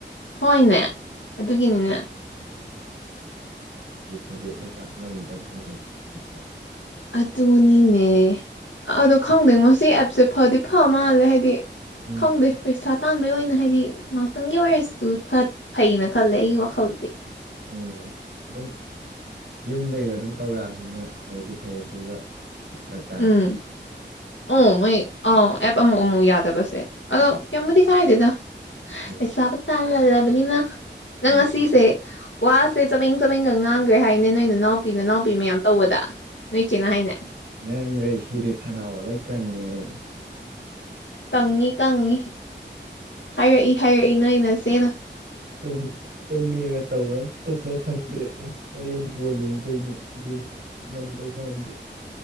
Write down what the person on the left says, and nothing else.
ꯍꯣꯏꯅꯦ ꯑꯗꯨꯒꯤꯅꯤꯅꯦ
ꯑꯗꯨꯅꯤꯅꯦ ꯑꯗꯣ ꯈꯪꯗꯣꯏꯉꯣ ꯁꯤ ꯑꯦꯞꯁꯦ ꯐꯗꯤ ꯐ ꯃꯥꯜꯂꯦ ꯍꯥꯏꯗꯤ
ꯈꯪꯗꯦ ꯄꯩꯁꯥ ꯇꯥꯟꯕꯩ ꯑꯣꯏꯅ ꯍꯥꯏꯗꯤ ꯉꯥꯛꯇꯪꯒꯤ ꯑꯣꯏꯔꯁꯨ ꯐꯩꯅ ꯈꯜꯂꯦ ꯑꯩꯒꯤ ꯋꯥꯈꯜꯗꯗꯤ
ꯎꯝ ꯑꯣ ꯃꯣꯏ ꯑꯥꯎ ꯑꯦꯞ ꯑꯃꯨꯛ ꯑꯃꯨꯛ ꯌꯥꯗꯕꯁꯦ ꯑꯗꯣ
ꯀꯩꯝꯕꯨꯗꯤ ꯀꯥꯏꯗꯦꯗ
ꯄꯩꯁꯥꯕꯨ ꯇꯥꯜꯂꯜꯂꯕꯅꯤꯅ ꯅꯪ
ꯉꯁꯤꯁꯦ ꯋꯥꯁꯦ ꯆꯕꯦꯡ ꯆꯕꯦꯡꯒ ꯉꯥꯡꯒ꯭ꯔꯦ ꯍꯥꯏꯅꯦ ꯅꯣꯏ ꯅꯅꯥꯎ ꯄꯤ ꯅꯅꯥꯎꯄꯤ ꯃꯌꯥꯝ ꯇꯧꯕꯗ ꯅꯣꯏ ꯏꯆꯦꯅ ꯍꯥꯏꯅꯦ
ꯀꯪꯉꯤ ꯀꯪꯉꯤ ꯍꯥꯏꯔꯛꯏ ꯍꯥꯏꯔꯛꯏ ꯅꯣꯢ ꯅꯆꯦꯅ